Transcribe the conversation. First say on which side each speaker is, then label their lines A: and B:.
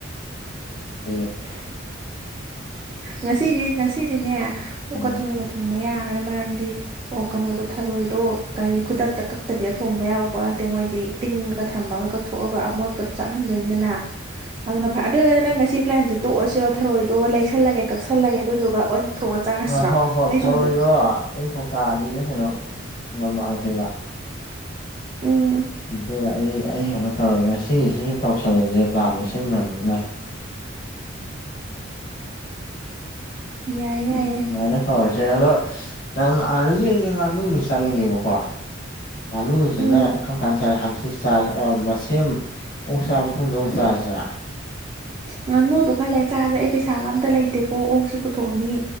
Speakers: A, on the left; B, on the right.
A: <unintelligible> <inaudible>
B: ꯉꯁꯤꯗꯤ ꯉꯁꯤꯔꯤꯅꯦ ꯑꯣ
A: ꯎꯝ
B: ꯀꯊꯔ ꯀ ꯊꯨꯡꯕ ꯌꯥꯔꯣꯏ ꯃꯔꯝꯗꯤ ꯑꯣ ꯀꯩꯅꯣꯗꯣ ꯊꯔꯣꯏꯗꯣ ꯀꯔꯤ ꯈꯨꯗꯛꯇ
A: ꯎꯝ
B: ꯀꯛꯇꯕꯤꯗ ꯊꯣꯡꯕ ꯌꯥꯕ ꯄꯣꯠ ꯅꯠꯇꯦ ꯃꯣꯏꯗꯤ ꯇꯤꯡꯉꯒ ꯊꯝꯃꯒ ꯀꯛꯊꯣꯛꯑꯒ ꯑꯃꯣꯠꯄꯗꯨꯣ ꯆꯠꯍꯟꯗꯣꯏꯅꯤꯅ ꯎꯝ ꯑꯗꯨꯅ ꯐꯔ ꯑꯗꯨ ꯑꯣꯏꯔꯒꯅ ꯅꯪ ꯉꯁꯤ ꯄ꯭ꯂꯥꯟꯁꯦ ꯇꯣꯛꯑꯁꯤꯔꯣ ꯊꯔꯣꯏꯗꯣ ꯂꯩꯁꯜꯂꯒꯦ ꯀꯛꯁꯜꯂꯒꯦ ꯑꯗꯨꯗꯨꯒ ꯊꯣꯡꯉ ꯆꯥꯔꯁꯤꯔꯣ
A: ꯑ ꯍꯣꯏ ꯍꯣꯏ
B: ꯑꯩꯁꯨ
A: ꯊꯔꯣꯏꯗꯣ
B: ꯑꯃꯨꯛꯇ
A: ꯑꯩ ꯀꯧꯇꯥ ꯑꯅꯤꯗ ꯀꯩꯅꯣ ꯉꯝꯃꯥꯡꯈꯤꯕꯕ
B: ꯎꯝ
A: ꯑꯗꯨꯒ ꯑꯩ ꯑꯩ ꯀꯩꯅꯣ ꯇꯧꯋ‌ꯦ ꯉꯁꯤꯒꯤꯁꯤ ꯁꯨꯝ ꯇꯧꯁꯜꯂꯁꯦ ꯄ꯭ꯂꯥꯟꯗꯣ ꯁꯤꯟꯈ꯭ꯔꯝꯅꯤꯅ
B: ꯌꯥꯏꯌꯦ
A: ꯎꯝ
B: ꯌꯥꯏꯌꯦ
A: ꯑꯗꯨꯃꯥꯏꯅ ꯇꯧꯔꯁꯦ ꯑꯗꯣ ꯅꯪ ꯑꯥꯗꯒꯤꯗꯤ ꯉꯥꯅꯨꯗ‌ꯣ ꯆꯠꯅꯤꯡꯉꯦꯕꯀꯣ ꯉꯥꯅꯨꯁꯤꯅ
B: ꯎꯝ
A: ꯀꯝ ꯀꯥꯟ ꯆꯥꯏ ꯍꯪ ꯆꯥ ꯃꯁꯦꯝ ꯑꯣꯛ ꯆꯥꯕ ꯃꯐꯝꯗ ꯑꯃꯨꯛ ꯆꯥꯁꯤꯔꯥ
B: ꯉꯥꯅꯨꯗꯣ ꯈꯔ ꯂꯩꯔ ꯆꯥꯁꯦ ꯑꯩ ꯄꯩꯁꯥꯒ ꯑꯝꯇ ꯂꯩꯇꯦꯀꯣ ꯑꯣꯛꯁꯦ ꯄꯨꯊꯣꯛꯑꯅꯤ